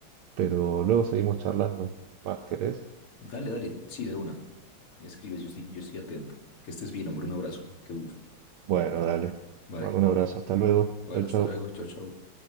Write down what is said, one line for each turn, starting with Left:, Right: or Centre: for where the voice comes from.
Right: pero luego seguimos charlando. ¿Más querés?
Left: Dale, dale, sí, de una. Me escribes, yo estoy, yo estoy atento. Que estés bien, hombre, un abrazo. Qué gusto.
Right: Bueno, dale.
Left: Vale,
Right: Te mando un abrazo, hasta luego.
Left: vale,
Right: Chau,
Left: hasta
Right: chau.
Left: luego. Chao, chao.